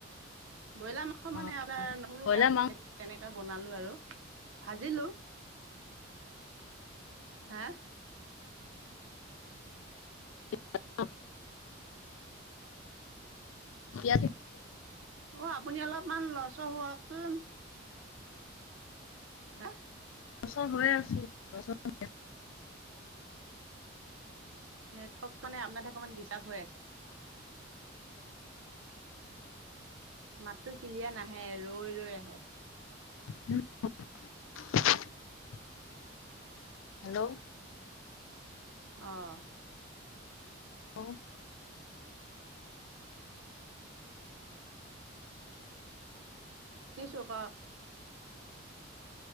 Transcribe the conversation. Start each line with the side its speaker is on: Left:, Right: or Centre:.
Right: ব্ৰইলাৰ মাংস মানে
Left: অ
Right: আপোনাৰ নহৰু,
Left: ব্ৰইলাৰ
Right: পিয়াজ বেছি।
Left: মাংস
Right: তেনেকে বনালো আৰু ভাজিলো, হা।
Left: <unintelligible> ইয়াতে।
Right: অ', আপুনি অলপমান লৰ-ছৰ হওকচোন। হা।
Left: লৰ-চৰ হৈয়ে আছোঁ, লৰ-চৰ।
Right: নেটৱৰ্ক মানে অপোনাৰ তাত অকমান ডিষ্টাৰ্ব হৈ আছে। মাততো কিলিয়াৰ নাহে ৰৈ, ৰৈ আহে।
Left: <inaudible> হেল্ল'।
Right: অ'।
Left: <unintelligible>
Right: নিছো কওঁক।